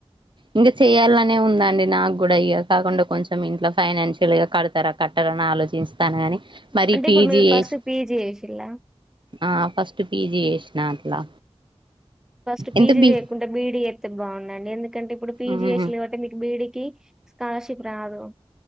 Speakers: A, on the right (about 50°); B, in the centre.
A: ఇంక చెయాలనే ఉందండి నాకు కూడా ఇగ కాకుండా కొంచెం ఇంట్లో ఫైనాన్షియల్గా కడతారా కట్టాలని ఆలోచిస్తాను కానీ మరి
B: అంటే
A: పీజీ
B: ఇప్పుడు మీరు
A: చేసి
B: ఫస్ట్ పీజీ చేసిల్లా
A: ఆ ఫస్ట్ పీజీ చేసినా అట్లా
B: ఫస్ట్ పీజీ
A: ఎంత బి
B: చేయకుంటే బీడీ చేస్తతే బాగుండాలి ఎందుకంటే ఇప్పుడు పీజీ
A: ఉమ్
B: చేసల్ కాబట్టి మీ బీఇడీకి స్కాలర్షిప్ రాదు